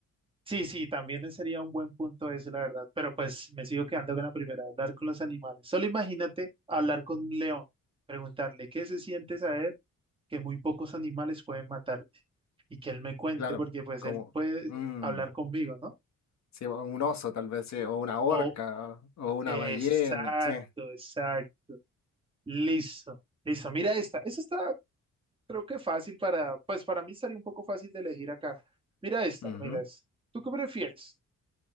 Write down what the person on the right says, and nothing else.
Sí, sí, también sería un buen punto eso, la verdad. Pero pues me sigo quedando con la primera, hablar con los animales. Solo imagínate hablar con un león, preguntarle qué se siente saber que muy pocos animales pueden matarte y que él me cuente,
porque pues
él puede
hablar conmigo, ¿no?
O,
exacto,
exacto, listo, listo. Mira esta, esta está, creo que fácil para, pues para mí estaría un poco fácil de elegir acá. Mira esta,
mira esta. ¿Tú qué prefieres?